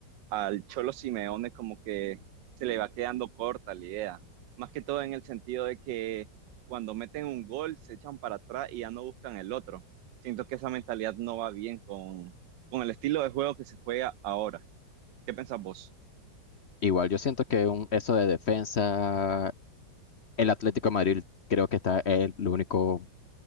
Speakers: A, on the right (about 80°); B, on the left (about 45°).
A: al Cholo Simeone como que se le va quedando corta la idea. Más que todo en el sentido de que cuando meten un gol se echan para atrás y ya no buscan el otro. Siento que esa mentalidad no va bien con, con el estilo de juego que se juega ahora. ¿Qué pensás vos?
B: Igual yo siento que un- eso de defensa, el Atlético de Madrid creo que está el, el único